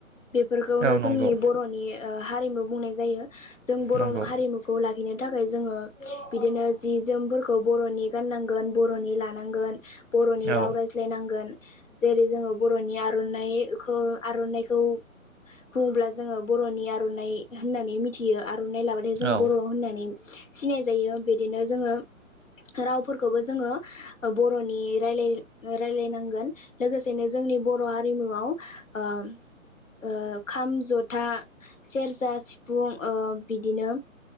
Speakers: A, on the left; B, on the right.
A: बेफोरखौनो
B: औ
A: जोंनि
B: नंगौ
A: बर'नि ओह हारिमु बुंनाय जायो। जों बर'
B: नंगौ
A: हारिमुखौ ला खिनो थाखाय जोंङो बिदिनो जि जोमफोरखौ बर'नि गाननांगोन बर'नि लानांगोन बर'नि
B: औ
A: राव रायज्लायनांगोन, जेरै जोंङो बर'नि आर'नाइखौ आर'नाइखौ बुङोब्ला जोङो बर'नि आर'नाइ होननानै मिथियो आ आर'नाय लाबाथाय जों
B: औ
A: बर' होननानै सिनाय जायो बिदिनो जोङो रावफोरखौबो जोङो बर'नि रायलाय रायलायनांगोन लोगोसेनो जोंनि बर' हारिमुआव ओ ओम खाम जथा सेरजा सिफुं ओ बिदिनो